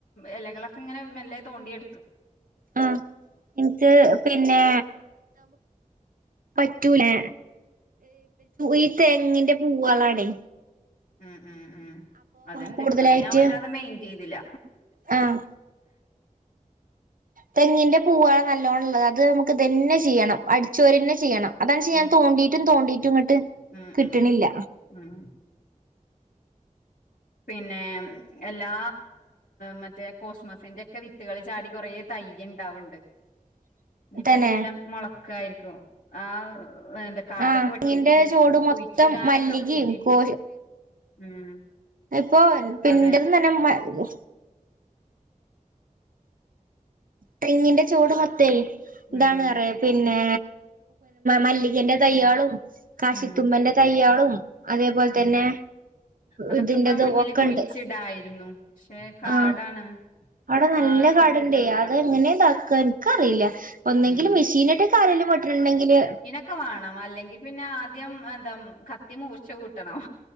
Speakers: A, on the left; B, on the right.
A: ഇലകളൊക്കെ ഇങ്ങനെ മെല്ലെ തോണ്ടിയെടുത്തു
B: ആഹ് എനിക്ക് പിന്നെ പറ്റൂലാ ഈ തെങ്ങിന്റെ പൂവളാണേ
A: ഉം ഉം ഉ അതുണ്ട്
B: കൂടുതലായിട്ട്
A: അത് ഞാൻ വല്ലാതെ മെയിൻഡ് ചെയ്തില്ല
B: ആഹ് തെങ്ങിൻന്റെ പൂവാണ് നല്ലോണ്ണം ഉള്ളത് അത് നമുക്ക് ഇതന്നെ ചെയ്യണം അടിച്ചോരി തന്നെ ചെയ്യണം അതാണ്ച്ച
A: ഉം
B: ഞാൻ തോണ്ടിട്ടും തോണ്ടിട്ടും ഇങ്ങോട്ട്
A: ഉം
B: കിട്ടണില്ല
A: ഉം ഉം പിന്നെ എല്ലാ മറ്റേ കോസ്മസിന്റെക്കെ വിത്തുകൾ ചാടി കുറെ തയ്യിണ്ടാവുണ്ട്
B: <inaudible>
A: ഇനിയിപ്പോ
B: തന്നെ
A: എല്ലാം മുളക്കായിരിക്കും ആ വേണ്ട കാടൊക്കെ
B: ആഹ്
A: വെട്ടിട്ട്
B: തെങ്ങിന്റെ ചോട്
A: കുഴിച്ചിടാനൊക്കെ
B: മൊത്തം മല്ലികിം
A: പൂതി
B: കോ
A: ഉം
B: ഇപ്പൊ ഇൻ്റൽന്ന്
A: അതെ
B: തന്നെ മി തെങ്ങിന്റെ ചോട് മൊത്തേ
A: ഉം
B: ഇതാണ് പറയ പിന്നെ മല്ലികന്റെ തയ്യയാളും കാശിത്തുമ്പന്റെ
A: ഉം
B: തയ്യാളും അതേപോലെ തന്നെ
A: അതൊക്കെപ്പ
B: ഇതിന്റെതും
A: ആ മുന്നില്
B: ഒക്കെണ്ട്
A: കുഴിച്ചിടായിരുന്നു പക്ഷെ കാടാണ്
B: ആഹ് അവിടെ നല്ല
A: കാട്
B: കാടുണ്ടേ
A: വെട്ടിത്തെളിക്കണം
B: അത് എങ്ങനെ ഇതാക്കുക എനിക്കറിയില്ല ഒന്നെങ്കില്
A: ഉം
B: മെഷീൻട്ട് കാടേല് വെട്ടുണുണ്ടെങ്കില്
A: ക്ക വേണം അല്ലെങ്കിൽ പിന്നെ ആദ്യം എന്താ കത്തി മൂർച്ച കൂട്ടണം